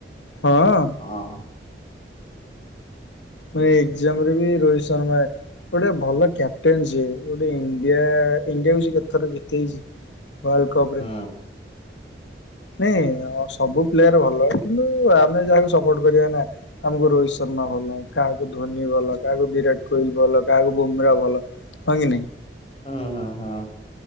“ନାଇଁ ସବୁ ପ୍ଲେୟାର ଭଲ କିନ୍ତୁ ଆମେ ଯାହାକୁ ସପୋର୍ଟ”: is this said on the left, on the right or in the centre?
Left